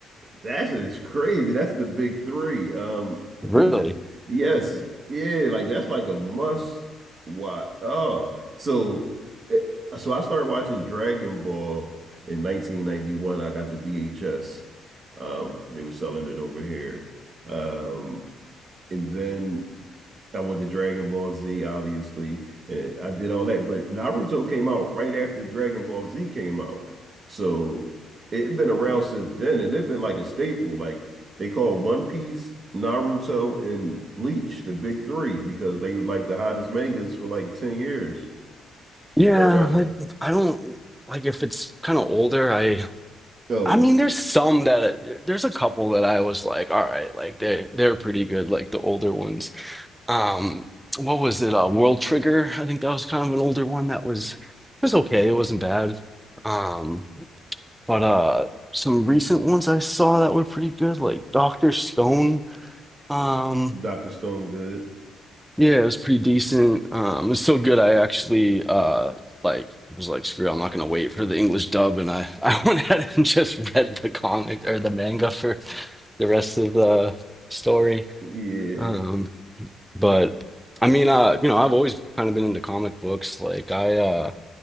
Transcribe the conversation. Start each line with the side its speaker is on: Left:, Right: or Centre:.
Right: That's it's crazy. That's the big three. Um,
Centre: really.
Right: you, yes, yeah, like that's like a must watch. Oh, so it- so I started watching Dragon Ball in 1991. I got the VHS. Um, they were selling it over here. Um, and then I went to Dragon Ball Z, obviously, and I did all that. But Naruto came out right after Dragon Ball Z came out, so it's been around since then, and it's been like a staple. Like they call One Piece, Naruto, and Bleach the big three because they were like the hottest mangas for like ten years.
Centre: Yeah,
Right: Or the
Centre: I, I don't like if it's kind of older. I
Right: so
Centre: I mean, there's some that there's a couple that I was like, all right, like they they're pretty good, like the older ones. Um, what was it? Uh, World Trigger. I think that was kind of an older one that was it was okay. It wasn't bad. Um, but uh, some recent ones I saw that were pretty good, like Doctor Stone. Um,
Right: Doctor Stone Good,
Centre: Yeah, it was pretty decent. Um, it was so good. I actually uh like was like, screw, it, I'm not gonna wait for the English dub, and I <laughs> I went ahead and just read the comic or the manga for the rest of the story.
Right: <laughs> yeah.
Centre: Um, but I mean, uh, you know, I've always kind of been into comic books. Like I uh